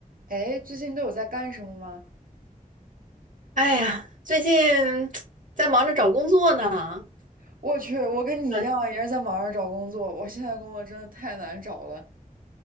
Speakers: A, on the right (about 80°); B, on the right (about 65°).
A: 哎，最近都有在干什么吗？
B: 哎呀，最近 <tsk> 在忙着找工作呢。
A: 我去，我跟你一样，
B: 啊，
A: 也是在网上找工作。我现在工作真的太难找了。